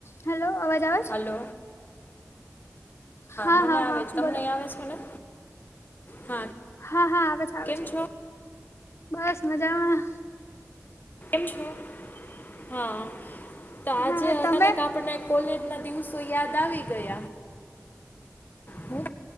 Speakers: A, on the left (about 50°); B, on the left (about 35°).
A: Hello અવાજ આવે છે?
B: હલો
A: હા
B: મને
A: હા
B: આવે
A: હા
B: છે તમને
A: બોલો
B: આવે છે ને? હા
A: હા હા આવે છે આવે
B: કેમ
A: છે.
B: છો
A: બસ મજામાં.
B: કેમ છો હા તો આજે
A: હા હા
B: અચાનક
A: તમે
B: આપને કોલેજના દિવસો યાદ આવી ગયા. હું